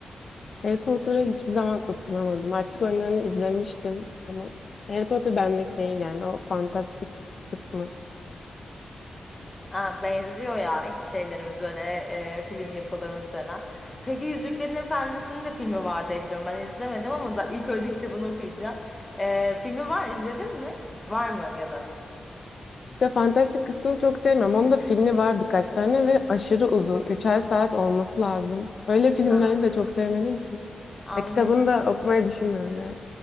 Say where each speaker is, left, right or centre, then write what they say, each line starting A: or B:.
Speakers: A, on the left; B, on the left.
A: Harry Potter'a hiçbir zaman ısınamadım. Açlık Oyunları'nı izlemiştim ama Harry Potter benlik değil yani o fantastik kısmı.
B: Ha, benziyor ya şeylerimiz böyle e, film yapılarımız falan. Peki Yüzüklerin Efendisi'nin de filmi var diye biliyorum. Ben izlemedim ama da ilk önce <laughs> kitabını okuyacağım. E, filmi var izledin mi? Var mı ya da?
A: İşte fantastik kısmını çok sevmiyorum. Onun da filmi var birkaç tane ve aşırı uzun. Üçer saat olması lazım. Öyle filmlerini
B: Ha,
A: de çok sevmediğim için.
B: anladım
A: Ya kitabını da okumayı düşünmüyorum yani.